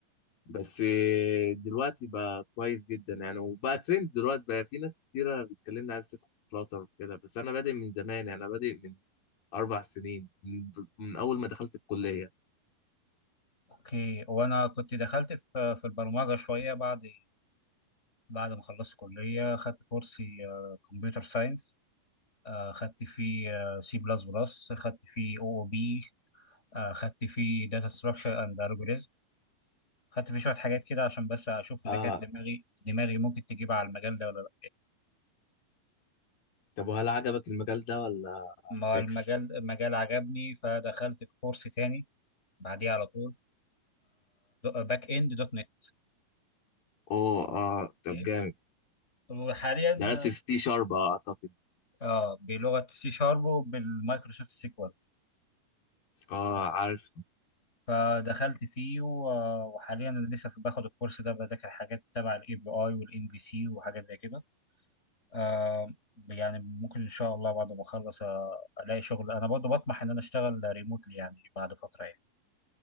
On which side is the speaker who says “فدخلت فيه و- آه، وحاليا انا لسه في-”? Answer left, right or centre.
Left